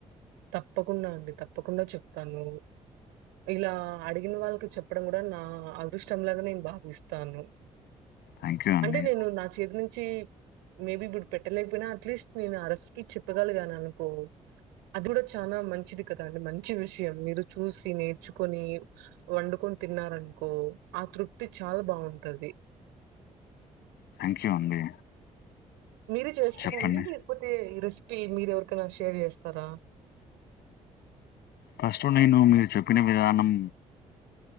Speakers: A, on the right; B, on the left.
A: తప్పకుండా అండి తప్పకుండా చెప్తాను ఇలా అడిగిన వాళ్ళకి చెప్పడం కూడా నా అదృష్టంలాగా నేను భావిస్తాను
B: థ్యాంక్ యూ అండి
A: అంటే నేను నా చేతి నుంచి చి మేబి ఇప్పుడు పెట్టలేకపోయినా అట్లీస్ట్ నేను ఆ రెస్పి చెప్పగలిగాను అనుకో అది కూడా చాలా మంచిది కదా అండి మంచి విషయం మీరు చూసి నేర్చుకొని వండుకొని తిన్నారనుకో ఆ తృప్తి చాలా బాగుంటది
B: థాంక్యూ అండి
A: మీరు చేస్తారండి
B: చెప్పండి
A: లేకపోతే ఈ రెస్ పి మీరు ఎవరికైనా షేర్ చేస్తారా
B: ఫస్ట్ నేను మీరు చెప్పిన విధానం